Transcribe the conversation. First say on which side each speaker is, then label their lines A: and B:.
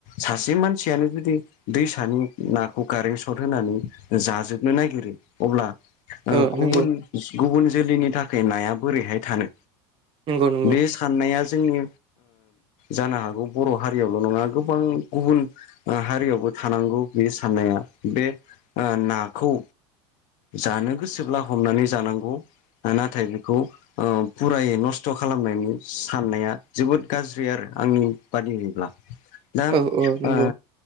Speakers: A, on the left (about 55°); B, on the right (about 35°).
A: सासे मानसियानो जुदि दैसानि नाखौ कारेन्ट सर्ट होनानै ज जोबनो नागिरै अब्ला
B: ओ
A: गुबुन
B: नंगौ
A: गुबुन जोलैनि थाखाय नाया बोरैहाय थानो
B: नंगौ नंगौ
A: बे साननाया जोंनि जानो हागौ बर' हारियावल' नङा गोबां गुबुन हारियाव थानांगौ बेनि साननाया बे नाखौ जानो गोसोब्ला हमनानै जानांगौ। नाथाय बेखौ फुरायै नस्थ' खालामनायनि साननाया जोबोद गाज्रि आरो आंनि बादियोब्ला दा
B: औ औ नंगौ
A: ओ